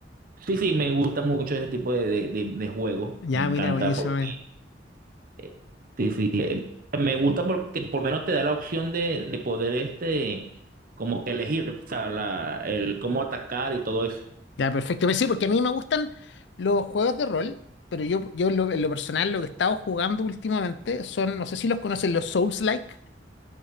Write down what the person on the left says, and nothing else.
Ya,
mira, buenísimo.
eh.
Ya, perfecto. Pues Sí, porque a mí me gustan los juegos de rol, pero yo, yo en lo, en lo personal, lo que he estado jugando últimamente son, no sé si los conocen, los Souls-like.